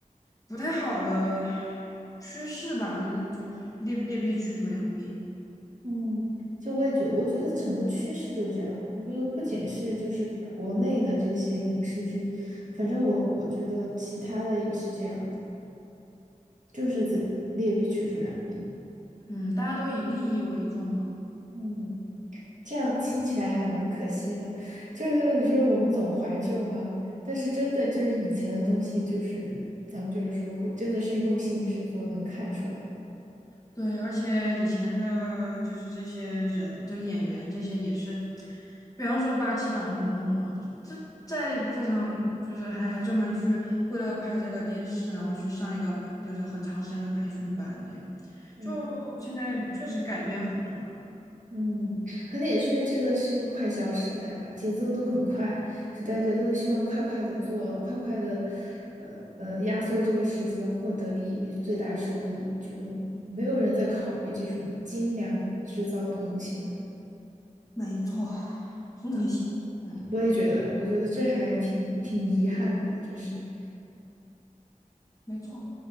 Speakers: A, on the left; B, on the right.
A: 不太好的趋势吧，就就劣币劣币驱逐良币。
B: 嗯，就我也觉得，我觉得整个趋势就是这样。我觉得不仅是就是国内的这些影视剧，反正我我觉得其他的也是这样的，就是这劣币驱逐良币。
A: 嗯，大家都以利益为重嘛。
B: 嗯，这样听起来还蛮可惜的。就是说，你说我们总怀旧哈、但是真的就是以前的东西，就是咱们就是说，会真的是用心制作，能看出来。
A: 对，而且以前的就是这些人，就演员这些也是，比方说八七版《红楼梦》嘛，就这在非常就是还还专门去为了拍这个电视，然后去上一个培就是很长时间的培训班，这样
B: 嗯。
A: 就现在确实改变很多了。
B: 嗯，可能也是因为这个是一个快消时代吧，节奏都很快，所以大家都希望快快的做，快快的，呃呃，压缩这个时间，获得利益最大收益，就没有人在考虑这种精良制造的东西了。
A: 没错，很可惜。
B: 嗯，
A: 嗯。
B: 我也觉得，我觉得这还挺挺遗憾的，就是
A: 没错，